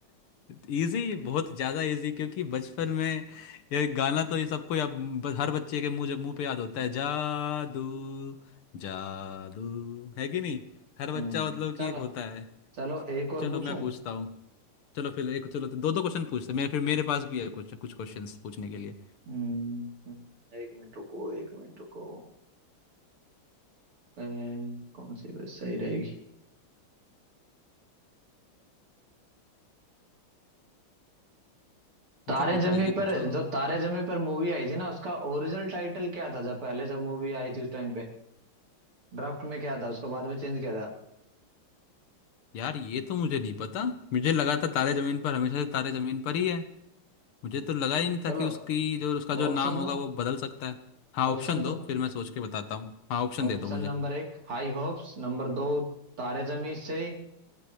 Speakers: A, on the left (about 80°); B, on the right (about 80°).
A: इजी बहुत ज्यादा इजी क्योंकि बचपन में ये गाना तो ये सबको या- ब- हर बच्चे के मुंह मुंह पे याद होता है जादू जादू है कि नहीं हर बच्चा
B: हम्म
A: मतलब
B: चलो
A: कि एक होता है
B: चलो एक
A: चलो
B: और पूछूं
A: मैं पूछता हूँ चलो फिर एक चलो तो दो दो क्वेश्चन पूछते हैं। मैं फिर मेरे पास भी है कुछ कुछ क्वेश्चंस पूछने के लिए
B: हम्म हम्म, एक मिनट रुको एक मिनट रुको अह, कौन सी बस सही रहेगी तारे
A: पूछो पूछो
B: जमी
A: जल्दी
B: पर
A: पूछो
B: जो तारे जमी पर मूवी आई थी ना उसका ओरिजिनल टाइटल क्या था जब पहले जब मूवी आई थी उस टाइम पे ड्राफ्ट में क्या था उसको बाद में चेंज किया था
A: यार ये तो मुझे नहीं पता मुझे लगा था तारे जमीन पर हमेशा से तारे जमीन पर ही है मुझे तो लगा ही नहीं
B: चलो
A: था कि उसकी जो उसका जो
B: ऑप्शन
A: नाम
B: दो
A: होगा वो बदल सकता है हाँ
B: ऑप्शन
A: ऑप्शन
B: दो
A: दो फिर मैं सोच के बताता हूँ हाँ ऑप्शन
B: ऑप्शन
A: दे दो मुझे
B: नंबर एक हाई होप्स नंबर दो तारे जमी से